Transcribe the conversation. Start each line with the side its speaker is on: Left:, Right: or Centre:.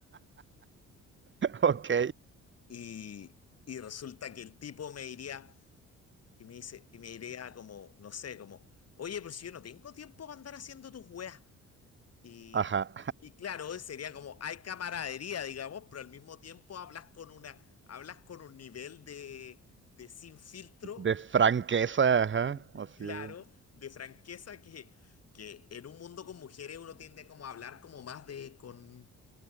Right: <laughs> ok.
Left: Y, y resulta que el tipo me diría, y me dice, y me diría como, no sé, como, oye, pero si yo no tengo tiempo para andar haciendo tus weas. Y,
Right: Ajá.
Left: y claro, sería como, hay camaradería, digamos, pero al mismo tiempo hablas con una, hablas con un nivel de, de sin filtro,
Right: De franqueza,
Left: y-
Right: ajá. Así
Left: y claro,
Right: es.
Left: de franqueza que, que en un mundo con mujeres uno tiende como a hablar como más de, con,